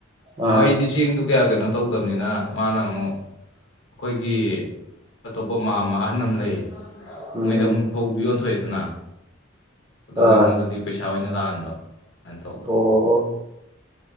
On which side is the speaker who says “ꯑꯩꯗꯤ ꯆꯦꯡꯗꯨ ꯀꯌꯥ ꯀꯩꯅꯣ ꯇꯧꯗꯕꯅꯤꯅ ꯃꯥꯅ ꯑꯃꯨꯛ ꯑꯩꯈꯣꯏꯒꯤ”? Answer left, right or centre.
Left